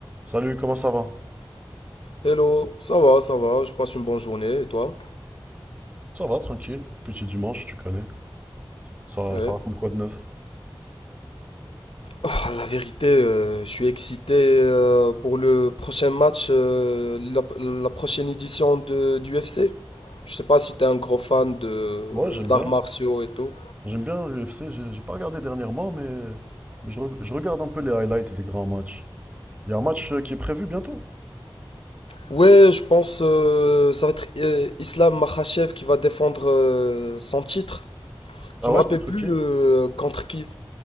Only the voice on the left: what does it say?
Hello, ça va, ça va, je passe une bonne journée et toi?
Ouais.
Ah, la vérité, euh, je suis excité euh, pour le prochain match, euh, la, la prochaine édition de, du UFC. Je sais pas si t'es un gros fan de
d'arts
martiaux et tout.
Ouais, je pense euh, ça va être euh, Islam Makhachev qui va défendre euh, son titre.
Je me
rappelle
plus
euh, contre qui.